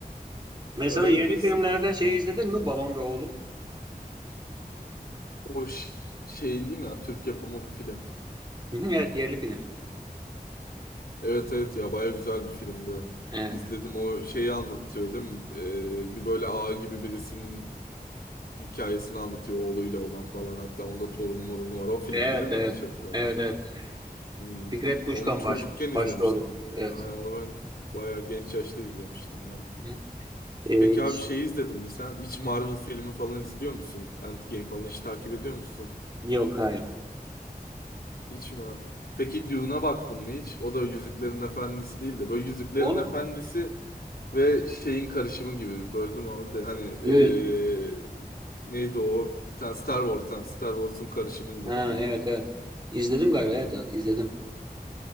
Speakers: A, on the right; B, on the left.
A: Mesela
B: Öyle
A: yerli
B: mi diyorsun?
A: filmlerden şey izledin mi? Babam ve Oğlum.
B: O ş- şeyin değil mi ya Türk yapımı bir film.
A: Hı hı, Evet yerli film.
B: Evet evet ya baya güzel bir filmdi.
A: Evet.
B: İzledim o şeyi anlatıyor değil mi? Ee, bir böyle ağa gibi birisinin hikayesini anlatıyor oğluyla olan falan. Hatta onda torunu morunu var. O filmdi
A: Evet
B: değil
A: evet.
B: mi yanlış hatırlamıyorsam?
A: Evet evet.
B: Hmm.
A: Fikret Kuşkan
B: Onu çocukken
A: baş,
B: izlemiştim
A: başta oldu.
B: ben.
A: Evet.
B: Ay, onu ben baya genç yaşta izlemiştim ya.
A: Hı hı. Ee,
B: Peki abi
A: ş-
B: şeyi izledin mi sen? Hiç Marvel filmi falan izliyor musun? Endgame falan hiç takip ediyor musun?
A: yok hayır.
B: Hiç mi? Peki Dune'a baktın mı hiç? O da Yüzüklerin Efendisi değil de böyle Yüzüklerin
A: Onu
B: Efendisi ve şeyin karışımı gibi böldüm abi de hani eee,
A: yok.
B: neydi o? Bir tane Star Wars, yani Star Wars'un karışımı gibi
A: Ha,
B: bence.
A: evet evet. İzledim galiba. Evet evet izledim.